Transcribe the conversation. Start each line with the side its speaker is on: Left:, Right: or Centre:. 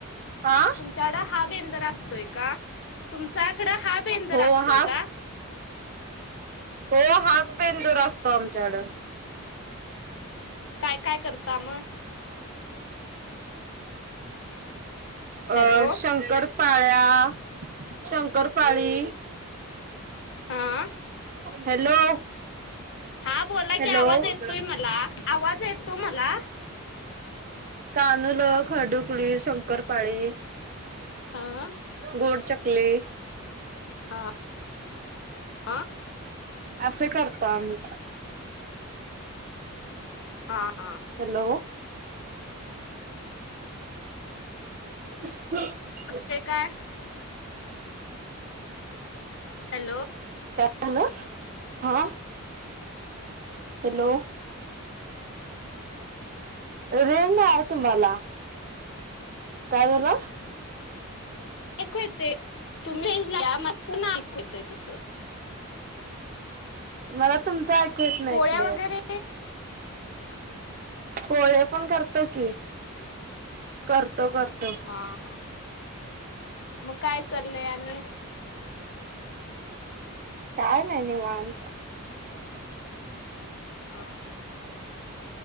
Right: हा
Left: तुमच्याकड हा बेंदर असतोय का तुमच्याकडं हा बेंदर
Right: हो
Left: असतोय
Right: हाच
Left: का
Right: हो हाच बेंदूर असतो आमच्याड
Left: काय काय करता मग
Right: अ
Left: हॅलो
Right: शंकरपाळ्या शंकरपाळी
Left: हा
Right: हॅलो
Left: हा बोला
Right: हॅलो
Left: की आवाज येतो मला आवाज येतो मला
Right: कानूलं खर्डूकली शंकरपाळी
Left: हां
Right: गोड चकली
Left: हा हा
Right: असे करतो आम्ही
Left: हा, हा
Right: हॅलो <inaudible>
Left: ते काय हॅलो
Right: काय म्हणाला हा हॅलो रेंज नाही आहे तुम्हाला काय झाल
Left: ऐकू येत ते तुम्ही म पुन्हा ऐकू येत तुमचं
Right: मला तुमचं ऐकू येत नाही
Left: पोळ्या
Right: क्लिअर
Left: वगैरे
Right: पोळे पण करतो की करतो, करतो
Left: हा, हा मग काय चाललंय आणि
Right: काय नाही निवांत
Left: हां